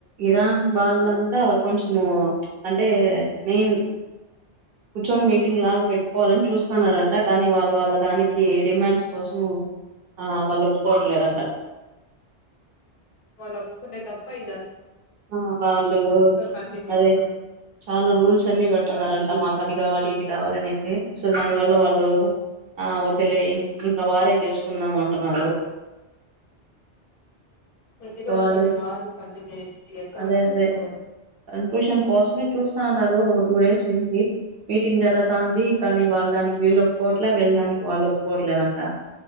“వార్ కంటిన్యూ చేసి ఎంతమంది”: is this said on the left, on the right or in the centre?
Left